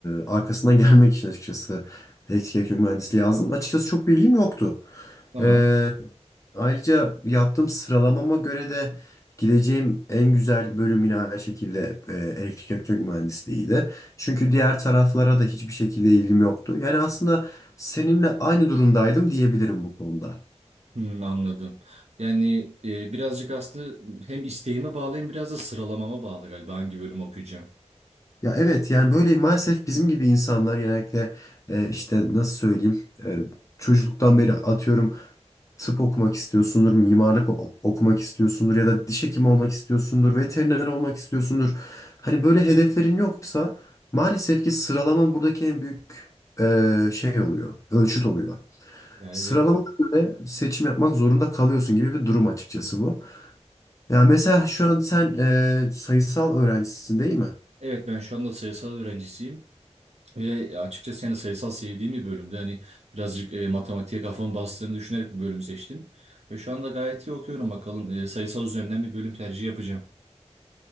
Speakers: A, on the left; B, on the right.
A: arkasından <laughs> gelmek için açıkçası elektrik elektronik mühendisliği yazdım. Açıkçası çok bilgim yoktu.
B: Tamam.
A: E, Ayrıca yaptığım sıralamama göre de gideceğim en güzel bölüm yine aynı şekilde e, elektrik elektronik mühendisliğiydi. Çünkü diğer taraflara da hiçbir şekilde ilgim yoktu. Yani aslında seninle aynı durumdaydım diyebilirim bu konuda.
B: Hmm, anladım. Yani e, birazcık aslında hem isteğime bağlı hem biraz da sıralamama bağlı galiba hangi bölümü okuyacağım.
A: Ya evet yani böyle maalesef bizim gibi insanlar genellikle e, işte nasıl söyleyeyim e, çocukluktan beri atıyorum tıp okumak istiyorsundur, mimarlık o- okumak istiyorsundur ya da diş hekimi olmak istiyorsundur, veteriner olmak istiyorsundur. Hani böyle hedeflerin yoksa maalesef ki sıralaman buradaki en büyük e, şey oluyor, ölçüt oluyor.
B: Yani
A: Sıralamana
B: evet.
A: göre seçim yapmak zorunda kalıyorsun gibi bir durum açıkçası bu. Ya mesela şu an sen e, sayısal öğrencisin değil mi?
B: Evet ben şu anda sayısal öğrencisiyim ve açıkçası yani sayısal sevdiğim bir bölümde hani birazcık e, matematiğe kafamı bastığını düşünerek bir bölümü seçtim. Ve şu anda gayet iyi okuyorum bakalım E, sayısal üzerinden bir bölüm tercihi yapacağım.